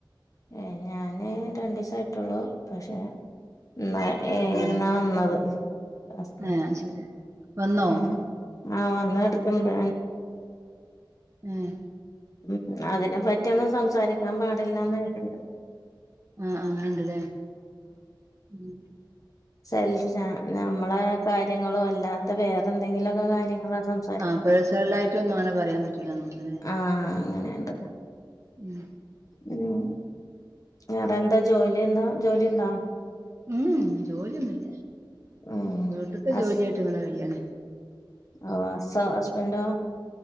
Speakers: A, on the left; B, on the right.
A: ഏഹ് ഞാന് രണ്ടീസായിട്ടോള്ളു പക്ഷെ ഇന്ന് ഏഹ്‌
B: ആഹ്
A: ഇന്നാ വന്നത് ഹസ്ബൻഡ്
B: ആഹ് ശരി വന്നോ
A: അങ്ങനേ ആഹ് വന്ന് കടക്ക്ണ്ട്
B: ഉം.
A: ഉം അതിനെ പറ്റിയൊന്നും സംസാരിക്കാം പാടില്ലാന്ന് അയ്ല്ണ്ട്.
B: ആഹ് അങ്ങനെണ്ട്ലെ ഉം.
A: സെൽഫിശോ നമ്മളെ കാര്യങ്ങളോ അല്ലാത്ത വേറെന്തെങ്കിലൊക്കെ കാര്യങ്ങളെ സംസാരിക്കണ്ട
B: ആഹ് പേഴ്സണലായിട്ടൊന്നും അങ്ങനെ പറയാൻ പറ്റൂലാന്ന് തോന്നുന്നുല്ലേ
A: ആഹ്‌ അങ്ങനേണ്.
B: ഉം.
A: ഉം വേറെ എന്താ ജോലി എന്താ ജോലിണ്ടോ?
B: ഉം ജോലിയൊന്നുല്ല്യാ
A: ഉം
B: വീട്ട്ത്തെ
A: ഹസ്
B: ജോലിയായിട്ട് ഇങ്ങനെ കയ്യ്ന്നെ.
A: ഓ അസ്സൊ ഹസ്ബെൻഡേ?